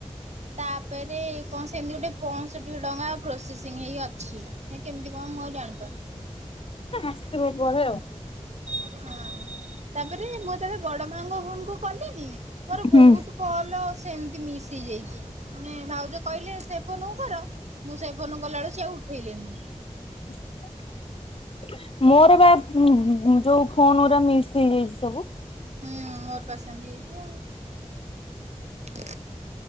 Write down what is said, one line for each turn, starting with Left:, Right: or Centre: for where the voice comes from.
Right: ତାପରେ କଣ ସେମିତି ଗୋଟେ ପଞ୍ଚଷଠି ଟଙ୍କା ପ୍ରୋସେସ ସିଂ ହେଇକି ଅଛି ହେଁ କେମିତି କଣ ମୁଁ ଆଉ ଜାଣି
Left: ଆସିବ ପରେ ଆଉ।
Right: ହଁ ତାପରେ ମ ତେବେଳେ ବଡ଼ମାଙ୍କ ଫୋନକୁ କଲିନି ମୋର
Left: ହୁଁ
Right: ବହୁତ କଲ୍ ସେମତି ମିସ୍ ହେଇଯାଇଛି। ମାନେ ଭାଉଜ କହିଲେ ସେ ଫୋନକୁ କର ମୁଁ ସେ ଫୋନକୁ କଲାବେଳକୁ ସ ଆଉ ଉଠେଇଲିନି।
Left: <unintelligible> ମୋର ବା ଉ ଯୋଉ ଫୋନଗୁରା ମିସ୍ ହେଇଯାଇଛି ସବୁ।
Right: ହୁଁ ମୋର ପା ସେମିତି ହେଇଛି ଆଉ।